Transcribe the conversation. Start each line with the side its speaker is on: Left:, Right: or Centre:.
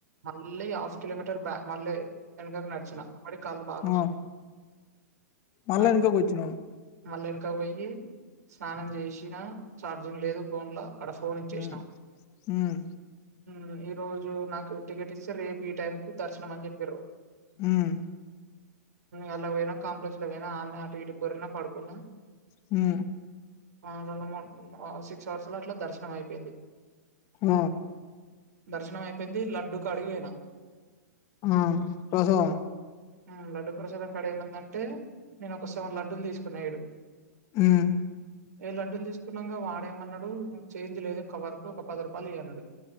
Right: మళ్ళీ కిలోమీటర్ బ మళ్ళీ వెనకకి నడిచిన అప్పటికి కాళ్ళు బాగా నస్తున్నాయి
Left: ఆ. మళ్ళా
Right: మ
Left: వెనకకి వచ్చినావు
Right: మళ్ళా వెనక పోయి స్నానం చేసినా చార్జింగ్ లేదు ఫోన్ లో అడ ఫోన్ ఇచ్చేసినా
Left: ఉమ్, ఉమ్,
Right: ఉమ్ ఈరోజు నా టికెట్ ఇస్తే రేపు ఈ టైం కు దర్శనం అని చెప్పిరు.
Left: ఉమ్
Right: అందులో పోయిన కాంప్లెక్స్ లోపోయినా అన్న అటు ఇటు బరిన పడుకున్నా
Left: హు
Right: ఆ రెండు మూడు సిక్స్ అవర్స్ లో అట్ల దర్శనం అయిపోయింది.
Left: ఆ
Right: దర్శనం అయిపోయింది లడ్డు కాడికిపోయిన
Left: హ ప్రసాదం
Right: ఉమ్ లడ్డు ప్రసాదం కాడ ఏమయింది అంటే నేను ఒక సెవెన్ లడ్డులు తీసుకున్నా ఏడు
Left: ఉమ్
Right: ఏ లడ్డూలు తీసుకున్నాక వాడేమన్నాడు చేంజ్ లేదు. కవర్ కు ఒక పది రూపాయలు ఇఅన్నాడు